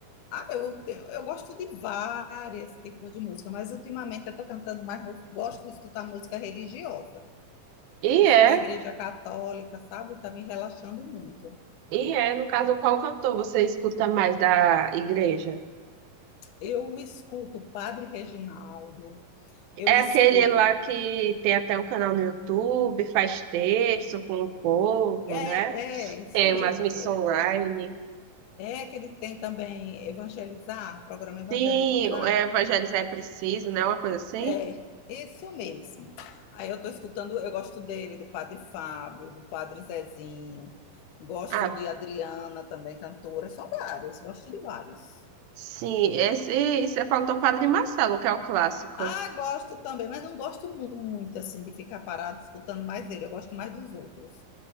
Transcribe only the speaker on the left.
Ah, eu, tenho- eu gosto de vários tipos de música, mas ultimamente eu estou cantando mais música. Gosto de escutar música religiosa,
assim,
da Igreja Católica, sabe? Está me relaxando muito.
Eu escuto Padre Reginaldo, eu
escuto.
É,
é, isso
mesmo.
que-
É que ele tem também Evangelizar, programa Evangelizar.
É, isso mesmo. Aí eu tô escutando, eu gosto dele, do Padre Fábio, do Padre Zezinho, gosto
de Adriana também, cantora, são vários, gosto de vários.
Ah, gosto também, mas não gosto muito, assim, de ficar parado escutando mais ele, eu gosto mais dos outros.